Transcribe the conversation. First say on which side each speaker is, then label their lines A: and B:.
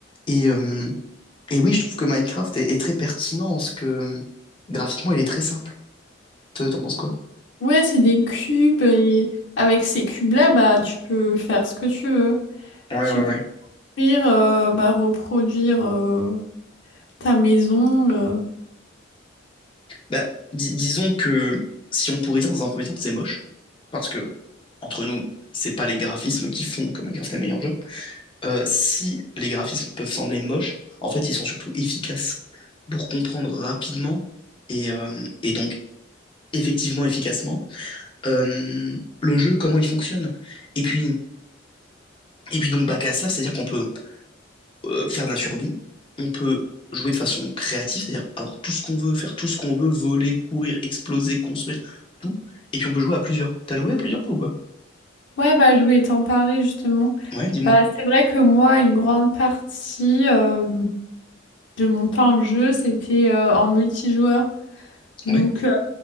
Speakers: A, on the left; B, on the left.
A: Et, euh, et oui, je trouve que Minecraft est, est très pertinent en ce que euh, graphiquement il est très simple. Toi, T'en penses quoi?
B: Ouais, c'est des cubes et avec ces cubes-là, bah, tu peux faire ce que tu veux.
A: Ouais,
B: Tu
A: ouais,
B: peux
A: ouais.
B: construire, euh, bah, reproduire euh, ta maison. euh.
A: Bah, di- disons que si on pourrait dire dans un premier temps que c'est moche, parce que, entre nous, c'est pas les graphismes qui font que Minecraft est le meilleur jeu. Euh, si les graphismes peuvent sembler moches, en fait, ils sont surtout efficaces pour comprendre rapidement et, euh, et donc effectivement, efficacement, euh, le jeu, comment il fonctionne. Et puis, et puis donc, bac à ça, c'est-à-dire qu'on peut euh, faire de la survie, on peut jouer de façon créative, c'est-à-dire avoir tout ce qu'on veut, faire tout ce qu'on veut, voler, courir, exploser, construire, tout. Et puis on peut jouer à plusieurs. T'as joué à plusieurs toi ou pas?
B: Ouais, bah, je voulais t'en parler justement.
A: Ouais, dis-moi.
B: Bah, c'est vrai que moi, une grande partie euh, de mon temps de jeu, c'était euh, en multijoueur. Donc,
A: Ouais.
B: euh,